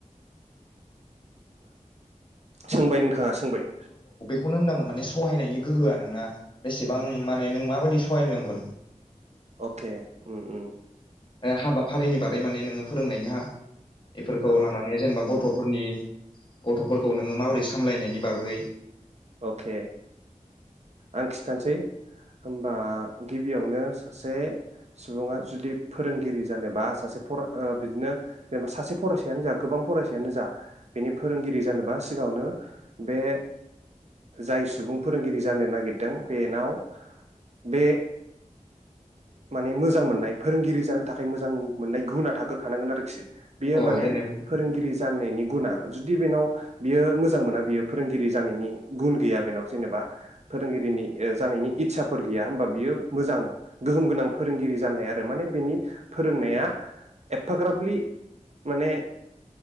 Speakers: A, on the right; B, on the left.
A: सोंबाय नोंथाङा सो फंबाय
B: खौनो होनदाङो माने सहायनायनि गोहोआ नोंना बेसेबां माने नों माबायदि सहायनांगोन?
A: अके उम उम
B: हाबाफारिनि बारै माने नोङो फोरोंनायनि ह बेफोरखौ
A: औ
B: लानानै जेनेबा
A: औ
B: गथ'फोरनि गथ'फोरखौ नोङो माबोरै सामलायनायनि बाग्रै
A: अके आं खिथानोसै होमबा गिबियावनो सासे सुबुङा जुदि फोरोंगिरि जानोबा सासे फराय बिदिनो जेनेबा सासे फरायसायानो जा गोबां फरायसायानो जा बेनि फोरोंगिरि जानोबा सिगाङावनो बे जाय सुबुं फोरोंगिरि जानो नागिरदों बेनाव बे माने मोजां मोननाय फोरोंगिरि जानो थाखाय मोजां मोननाय गुना थागोरखानांगोन आरोखि। बेयो
B: अ
A: माने
B: जेनेबा
A: फोरोंगिरि जानायनि गुना जुदि बेनाव बियो मोजां मोना बियो फोरोंगिरि जानायनि गुन गैया बेनाव जेनेबा फोरोंगिरिनि जानायनि इस्साफोर गैया होमबा बियो मोजां गोहोम गोनां फोरोंगिरि जानो हाया आरो माने बेनि फोरोंनाया एफाग्राबलि माने